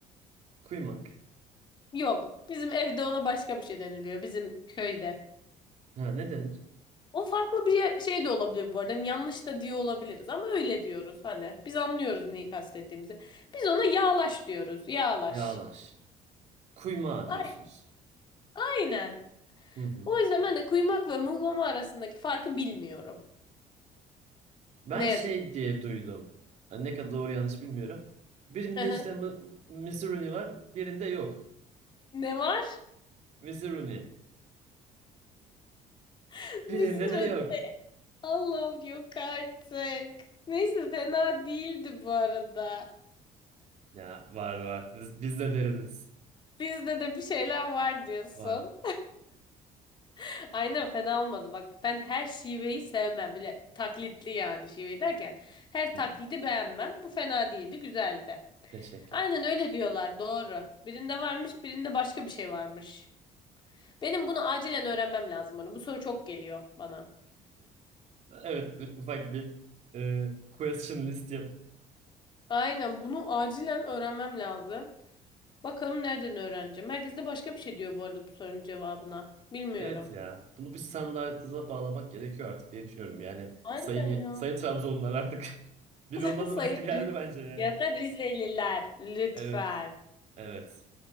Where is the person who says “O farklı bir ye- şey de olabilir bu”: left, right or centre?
Left